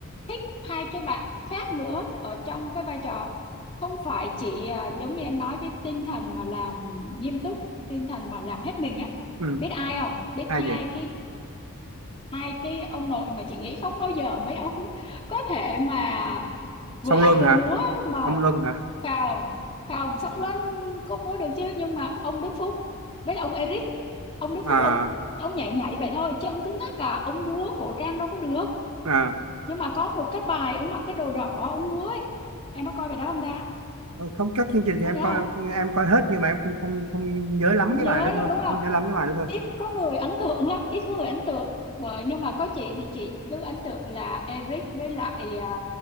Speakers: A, on the left; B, on the right.
A: thích hai cái bạn khác nữa ở trong cái vai trò không phải chỉ à, giống như em nói cái tinh thần mà làm nghiêm túc tinh thần mà làm hết mình á
B: ừ.
A: biết ai không biết
B: ai
A: hai
B: vậy
A: cái hai cái ông nội mà chị nghĩ không bao giờ mấy ông có thể mà vừa
B: Song
A: hát
B: Luân
A: vừa
B: hả
A: múa mà
B: Song Luân hả
A: Phòng Phòng Song Luân có múa được chứ nhưng mà ông Đức Phúc với ông Eric ông Đức
B: à
A: Phúc ông ông nhảy nhảy vậy thôi chứ ông cứng ngắc cả ông múa cổ trang đâu có được
B: à
A: nhưng mà có một cái bài ông mặc cái đồ đỏ ông múa ấy em có coi bài đó không ta
B: Ờ, không các chương trình thì
A: có
B: em
A: nhớ
B: coi
A: không
B: em coi hết nhưng mà em không không không nhớ lắm
A: không
B: cái
A: nhớ
B: bài đó thôi
A: đâu đúng
B: không
A: không
B: nhớ lắm cái bài đó thôi
A: ít có người ấn tượng lắm ít có người ấn tượng bởi nhưng mà có chị thì chị cứ ấn tượng là Eric với lại à,